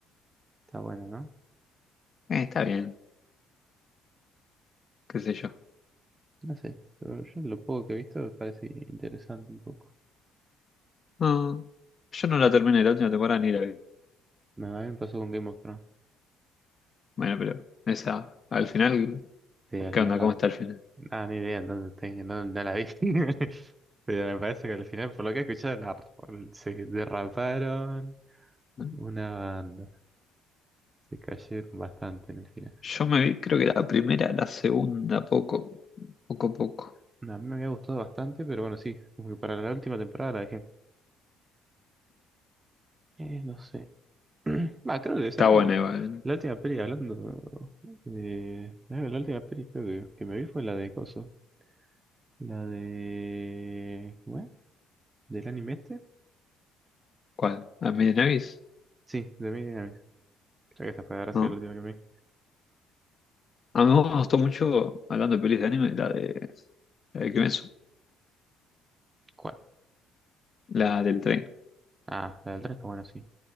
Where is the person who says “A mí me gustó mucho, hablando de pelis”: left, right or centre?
Left